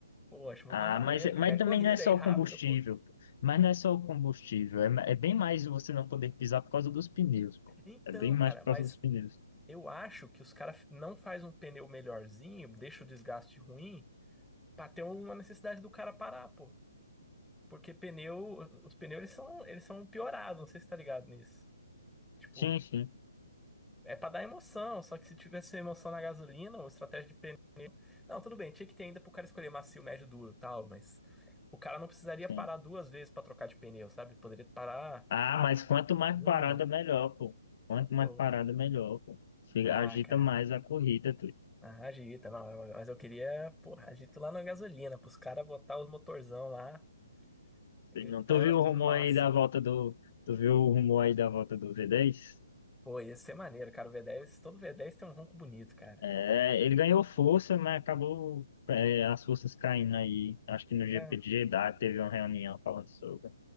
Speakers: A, in the centre; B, on the left.
A: Pô, acho muito
B: Ah,
A: mais maneiro,
B: mas,
A: cara.
B: mas
A: É corrida
B: também não é só
A: aí, rápido,
B: o combustível,
A: pô.
B: pô. Mas não é só o combustível. É, ma- é bem mais você não poder pisar por causa dos pneus, pô.
A: Então,
B: É bem mais
A: cara,
B: por
A: mas
B: causa dos pneus.
A: eu acho que os caras não faz um pneu melhorzinho, deixa o desgaste ruim, pra ter uma necessidade do cara parar, pô. Porque pneu, os pneus eles são, eles são piorados, não sei se tá ligado nisso. Tipo,
B: Sim, sim,
A: é pra dar emoção, só que se tivesse emoção na gasolina, uma estratégia de pneu Não, tudo bem, tinha que ter ainda pro cara escolher macio, médio, duro, e tal, mas o cara não precisaria
B: sim.
A: parar duas vezes pra trocar de pneu, sabe? Poderia parar
B: Ah, mas quanto mais
A: uma,
B: parada, melhor, pô. Quanto mais
A: pô.
B: parada, melhor, pô. Fica-
A: Ah,
B: agita
A: cara.
B: mais a corrida, tu.
A: Ah, agita, não, mas eu queria, porra, agito lá na gasolina, pros caras botar os motorzão lá, gritando
B: Sei Não, tu viu
A: tudo
B: o rumor
A: no máximo.
B: aí da volta do. Tu viu o rumor aí da volta do V10?
A: Pô, ia ser maneiro, cara, o V10, todo V10 tem um ronco bonito, cara.
B: É, ele ganhou força, mas acabou, é, as forças caindo aí. Acho que no GP
A: É.
B: de Jeddah teve uma reunião falando sobre.